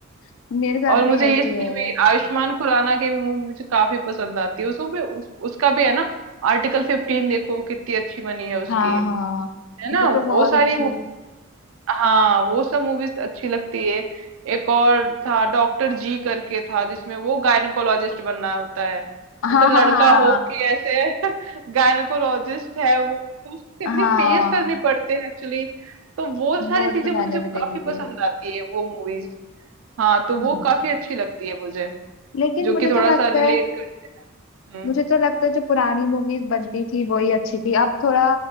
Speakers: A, on the left; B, on the right.
A: <laughs> मेरे साथ
B: और
A: भी
B: मुझे
A: ऐसी
B: इसकी
A: है
B: भी आयुष्मान खुराना की भी मूवी मुझे काफी पसंद आती है उसको भी उस, उसका भी है ना आर्टिकल फिफ्टीन देखो कितनी अच्छी बनी है उसकी
A: हाँ हाँ
B: है
A: वो
B: ना
A: तो बहुत
B: वो सारी
A: अच्छी
B: हाँ वो सब मूवीज अच्छी लगती है एक और था डॉक्टर जी करके था जिसमें वो गायनकोलॉजिस्ट बनना होता है
A: हाँ
B: मतलब
A: हाँ
B: लड़का
A: हाँ
B: हो के ऐसे <laughs> गायनकोलॉजिस्ट है वो तो उसको
A: हाँ
B: कितनी
A: हाँ
B: फेस करनी पड़ते हैं एक्चुअली तो वो सारी
A: वो
B: चीजें
A: तो मैंने
B: मुझे
A: भी
B: काफी
A: देखी थी
B: पसंद आती है वो मूवीज हाँ तो
A: हम्म
B: वो काफी अच्छी लगती है मुझे
A: लेकिन
B: जो
A: मुझे
B: कि थोड़ा
A: तो
B: सा
A: लगता
B: रिलेट
A: है
B: करते हैं हम्म
A: मुझे तो लगता है जो पुरानी मूवीज बनती थी वही अच्छी थी अब थोड़ा